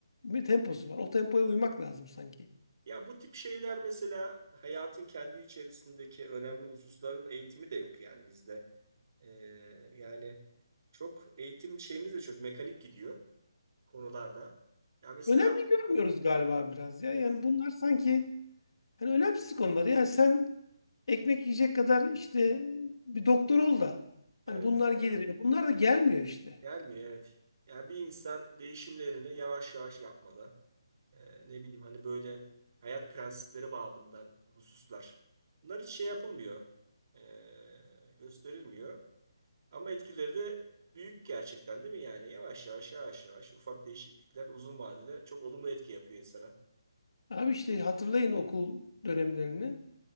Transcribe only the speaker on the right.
Ya bu tip şeyler mesela hayatın kendi içerisindeki önemli hususların eğitimi de yok yani bizde. Ee, yani çok eğitim şeyimiz de çok mekanik gidiyor konularda. Ya mesela
evet.
evet.
Gelmiyor evet. Ya bir insan değişimlerini yavaş yavaş yapmalı. Ee, ne bileyim hani böyle hayat prensipleri babından hususlar. Bunlar hiç şey yapılmıyor. Ee, gösterilmiyor. Ama etkileri de büyük gerçekten değil mi yani? Yavaş yavaş yavaş yavaş ufak değişiklikler uzun vadede çok olumlu etki yapıyor insana.